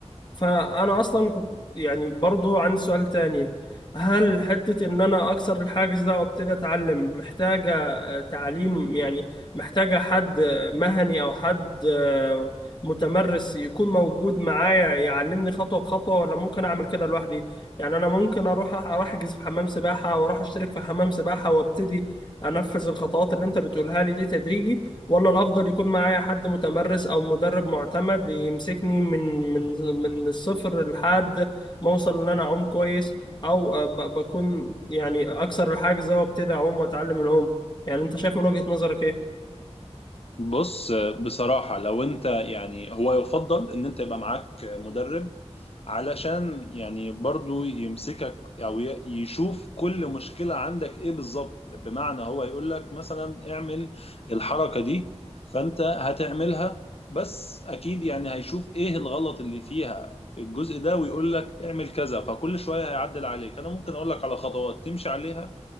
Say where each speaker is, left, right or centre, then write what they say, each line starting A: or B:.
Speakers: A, on the left; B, on the left.
A: فانا اصلا كنت يعني برضو عندي سؤال تاني هل حتة ان انا اكسر الحاجز ده وابتدي اتعلم محتاجة آه، تعليم يعني محتاجة حد آه، مهني او حد آه، متمرس يكون موجود معايا يعلمني خطوة بخطوة ولا ممكن اعمل كده لوحدي يعني انا ممكن اروح اروح احجز في حمام سباحة واروح اشترك في حمام سباحة وابتدي انفذ الخطوات اللي انت بتقولها لي دي تدريجي ولا الأفضل يكون معايا حد متمرس أو مدرب معتمد يمسكني من من من الصفر لحد ما أوصل إن أنا أعوم كويس أو آه، ب- بكون يعني أكسر الحاجز ده وأبتدي أعوم وأتعلم العوم يعني أنت شايف من وجهة نظرك إيه؟
B: بص بصراحة لو انت يعني هو يفضل ان انت يبقى معاك مدرب علشان يعني برضو يمسكك او ي- يشوف كل مشكلة عندك ايه بالظبط بمعنى هو يقول لك مثلا اعمل الحركة دي فانت هتعملها بس اكيد يعني هيشوف ايه الغلط اللي فيها الجزء ده ويقول لك اعمل كذا فكل شوية هيعدل عليك انا ممكن اقول لك على خطوات تمشي عليها